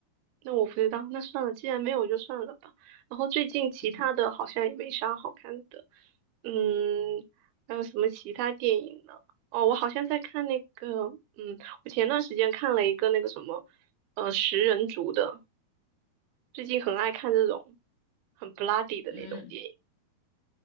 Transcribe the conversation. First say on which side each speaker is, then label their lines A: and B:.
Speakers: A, on the right; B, on the left.
A: 那我不知道，那算了，既然没有就算了吧。然后最近其他的好像也没啥好看的，
B: <laughs> 嗯
A: 嗯，还有什么其他电影呢？哦，我好像在看那个，嗯，我前段时间看了一个那个什么，呃，食人族的，最近很爱看这种很 bloody 的那种电影，
B: 嗯，